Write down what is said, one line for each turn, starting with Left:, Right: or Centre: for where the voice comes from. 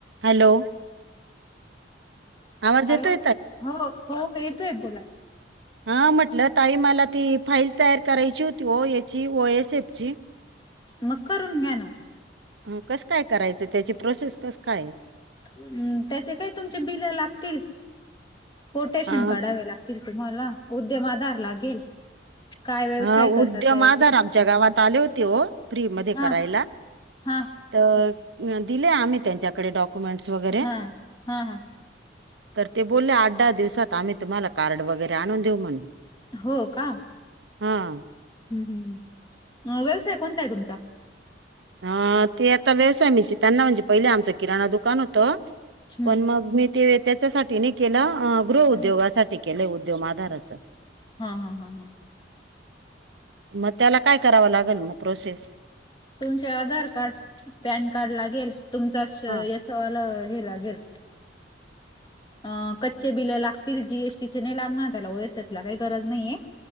Right: Hello आवाज
Left: hello
Right: येतोय ताय.
Left: हो हो येतोय बोला.
Right: हा म्हटलं ताई मला ती फाईल तयार करायची होती ओ याची ओएसएफची.
Left: मग करून घ्या ना.
Right: हो कसं काय करायचं त्याची प्रोसेस कसं. काय आहे?
Left: हम्म त्याचे काही तुमचे बिल लागतील. कोटेशन
Right: अ
Left: काढावे लागतील तुम्हाला उद्यम आधार लागेल. काय व्यवसाय
Right: हा
Left: करतात
Right: उद्यम
Left: ते
Right: आधार आमच्या गावात आले होते हो फ्री मध्ये
Left: हा
Right: करायला.
Left: हा
Right: तर दिले आम्ही त्यांच्याकडे डॉक्युमेंट्स वगैरे.
Left: हा हा हा
Right: तर ते बोलले आठ दहा दिवसात आम्ही तुम्हाला कार्ड वगैरे आणून देऊ म्हणे.
Left: हो का
Right: हा
Left: हम् हम् म व्यवसाय कोणता आहे तुमचा?
Right: हा ते आता व्यवसाय मिशी त्यांना म्हणजे पहिले आमचं किराणा दुकान होतं,
Left: हम्म
Right: पण मग मी ते त्याच्यासाठी नाही केला गृह
Left: हा
Right: उद्योगासाठी केलंय उद्योम आधाराच.
Left: हा हा हा हा
Right: मग त्याला काय करावं लागेल प्रोसेस.
Left: तुमचे आधार कार्ड पॅन कार्ड लागेल तुमचा
Right: हा
Left: याचंवालं हे लागेल. अ कच्चे बिलं लागतील जीएसटीचे नाही लागणार त्याला ओएसएफ ला काही गरज नाहीये.